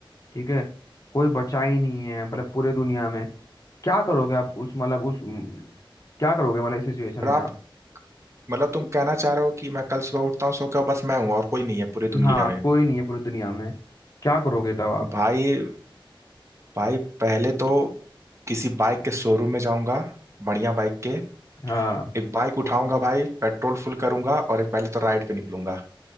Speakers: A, on the left; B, on the right.
A: ठीक है कोई बचा ही नहीं है मतलब पूरे दुनिया में क्या करोगे आप उस मतलब उस उम, क्या करोगे मतलब इस सिचुएशन
B: और
A: में
B: आप
A: आप
B: मतलब तुम कहना चाह रहे हो कि मैं कल सुबह उठता हूँ सो के बस मैं हूँ और कोई नहीं है पूरी दुनिया
A: हाँ
B: में
A: कोई नहीं है पूरी दुनिया में क्या करोगे तब आप
B: भाई भाई पहले तो किसी बाइक के शोरूम में जाऊंगा बढ़िया बाइक के
A: हाँ
B: एक बाइक उठाऊंगा भाई पेट्रोल फुल करूंगा और एक पहले तो राइड पे निकलूंगा